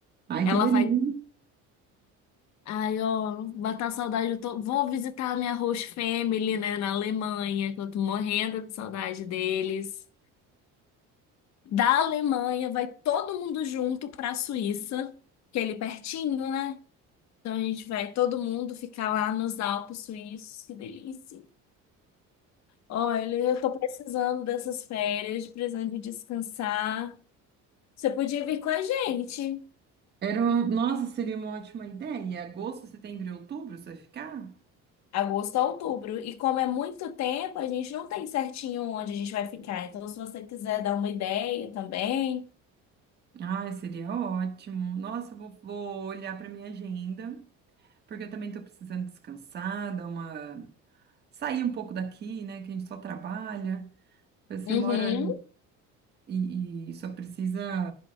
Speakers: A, on the right (about 30°); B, on the left (about 55°).
A: Ai,
B: Ela
A: que delícia!
B: vai Ai, ó, matar a saudade, eu tô... vou visitar a minha host family, né, na Alemanha, que eu tô morrendo de saudade deles. Da Alemanha, vai todo mundo junto pra Suíça, que é ali pertinho, né? Então a gente vai todo mundo ficar lá nos Alpes suíços, que delícia. Olha, eu tô precisando dessas férias, precisando de descansar. Você podia vir com a gente.
A: Era, um- nossa, seria uma ótima ideia. Agosto, setembro e outubro, você vai ficar?
B: Agosto a outubro. E como é muito tempo, a gente não tem certinho onde a gente vai ficar. Então, se você quiser dar uma ideia também.
A: Ai, seria ótimo. Nossa, eu vou, vou olhar para minha agenda, porque eu também estou precisando descansar, dar uma... sair um pouco daqui, né? Que a gente só trabalha. Você
B: Uhum,
A: mora e, e só precisa